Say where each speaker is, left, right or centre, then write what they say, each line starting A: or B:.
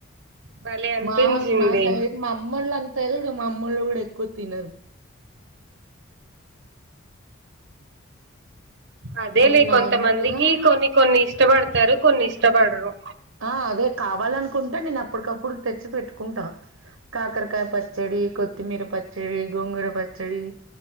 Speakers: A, on the right; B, on the right.
A: భలే అనిపించింది
B: మా మా సైడ్ మా అమ్మొళ్ల అంతా చూడు మా అమ్మోళ్ళు కూడా ఎక్కువ తినరు
A: అదే
B: నేను
A: లే
B: నార్మల్‌గా
A: కొంతమందికి కొన్ని కొన్ని ఇష్టపడతారు కొన్ని ఇష్టపడరు
B: ఆ అదే కావాలనుకుంటే నీన్ అప్పటికప్పుడు తెచ్చి పెట్టుకుంటా కాకరకాయ పచ్చడ్ కొత్తిమీర పచ్చడి గోంగుర పచ్చడి